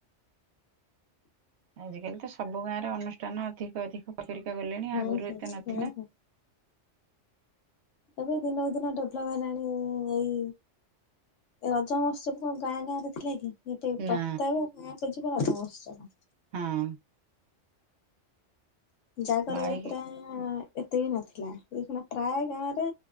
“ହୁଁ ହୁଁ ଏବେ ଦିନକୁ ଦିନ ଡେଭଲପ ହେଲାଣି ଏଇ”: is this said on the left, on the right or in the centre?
Left